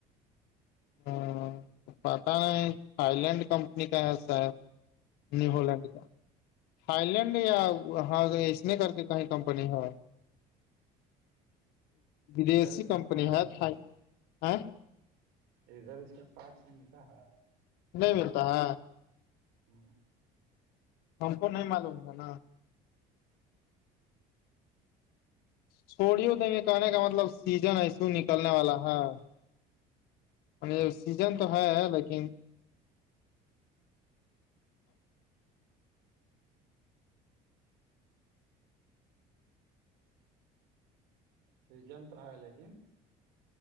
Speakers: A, on the left; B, on the right.
A: ہ پتا نہیں تھاائی لینڈ کمپنی کا ہے سار نیولینڈ کا تھاائی لینڈ یا وہاں اس نے کر کے کہیں کمپنی ہے ودیشی
B: ادھر ملتا
A: کمپنی ہے ا
B: ادھر اس کا پارچ ملٹا ہے
A: نہیں ملتا ہے
B: ہ
A: ہم کو نہیں معلوم گا نا چھوڑی دیںے کہنے کا مطلب سیزن ایسو نکلنے والا ہے سیزن تو ہے لیکن
B: س جنتر ہے لیکن